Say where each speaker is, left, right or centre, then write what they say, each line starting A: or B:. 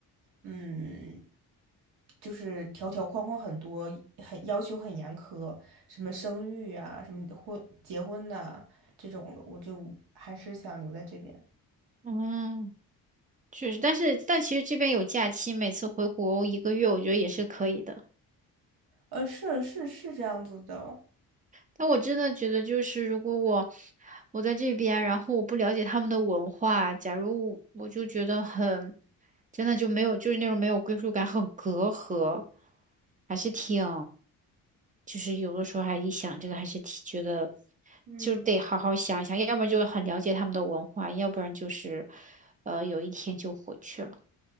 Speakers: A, on the right; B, on the right.
A: 嗯，就是条条框框很多，很要求很严苛，什么生育啊，什么婚结婚呐、这种的，我就还是想留在这边。
B: 嗯，确实，但是但其实这边有假期，每次回国一个月，我觉得也是可以的。
A: 呃，是是是这样子的。
B: 但我真的觉得，就是如果我我在这边，然后我不了解他们的文化，假如我就觉得很，真的就没有，就是那种没有归属感，很隔阂，还是挺，就是有的时候还一想这个，还是挺觉得，
A: 嗯。
B: 就得好好想一想，要不然就是很了解他们的文化，要不然就是，呃，有一天就回去了。